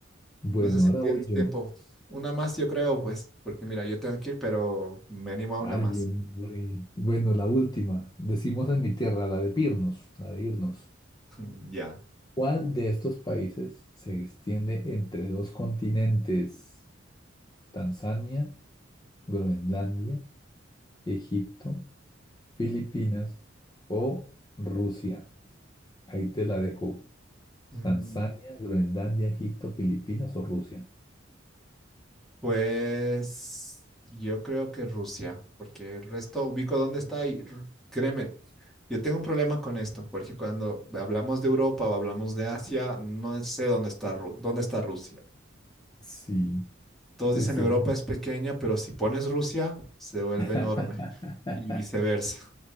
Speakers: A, on the left; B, in the centre.
A: Bueno,
B: No sé si
A: ahora
B: tienes
A: voy yo.
B: tiempo. Una más, yo creo, pues, porque mira, yo tengo que ir, pero me animo a
A: Ay,
B: una más.
A: hombre. Bueno, la última. Decimos en mi tierra, la de Pirnos, la de irnos.
B: <laughs> Ya.
A: ¿Cuál de estos países se extiende entre dos continentes? Tanzania, Groenlandia, Egipto, Filipinas o Rusia. Ahí te la dejo.
B: Mm,
A: Tanzania, Groenlandia, Egipto, Filipinas o Rusia.
B: Pues yo creo que Rusia, porque el resto ubico dónde está y r- créeme, yo tengo un problema con esto, porque cuando hablamos de Europa o hablamos de Asia, no sé dónde está, Ru- dónde está Rusia.
A: Sí,
B: Todos
A: pues
B: dicen
A: sí.
B: Europa es pequeña, pero si pones Rusia, se vuelve
A: <laughs>
B: enorme y viceversa.